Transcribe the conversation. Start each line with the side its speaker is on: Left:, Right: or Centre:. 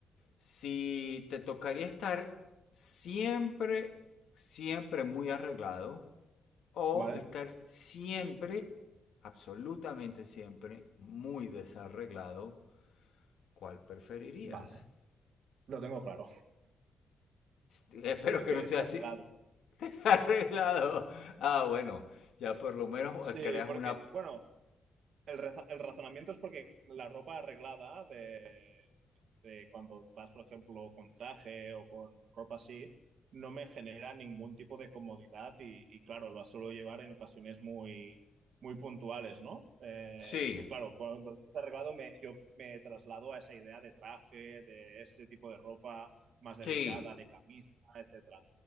Left: si te tocaría estar siempre, siempre muy arreglado o
Right: Vale,
Left: estar siempre, absolutamente siempre, muy desarreglado, ¿cuál preferirías?
Right: vale, lo tengo claro.
Left: Espero
Right: Creo
Left: que
Right: que
Left: no
Right: he desarreglado.
Left: sea así <laughs> desarreglado. Ah, bueno, ya por lo menos
Right: Sí,
Left: creas
Right: porque,
Left: una...
Right: bueno, el, reza- el razonamiento es porque la ropa arreglada de, de cuando vas, por ejemplo, con traje o con ropa así, no me genera ningún tipo de comodidad y, y, claro, lo suelo llevar en ocasiones muy, muy puntuales, ¿no? Eh,
Left: Sí,
Right: claro, cuando lo arreglado me, yo me traslado a esa idea de traje, de ese tipo de ropa más delicada,
Left: sí,
Right: de camisa, etcétera.